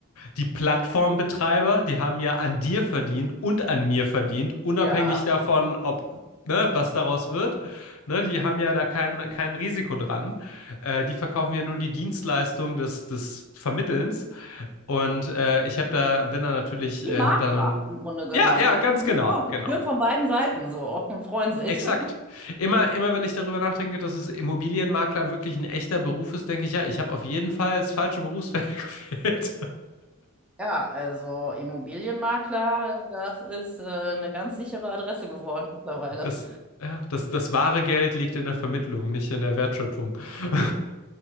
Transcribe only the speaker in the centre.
Ja.
Die
Makler
im Grunde genommen,
die
Und
auch
Gebühren von beiden Seiten so und freuen sich.
Ja, also Immobilienmakler, das ist äh, eine ganz sichere Adresse geworden mittlerweile.